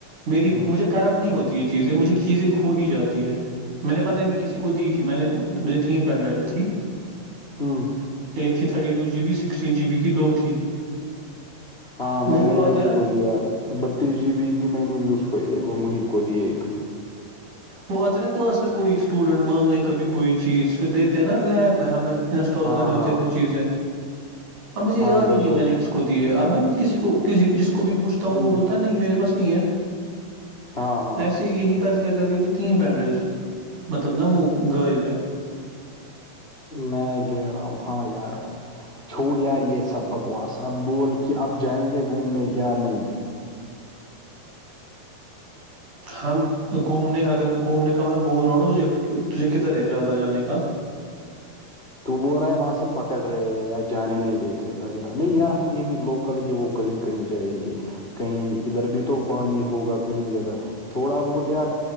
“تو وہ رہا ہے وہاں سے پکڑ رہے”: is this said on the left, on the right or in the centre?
Left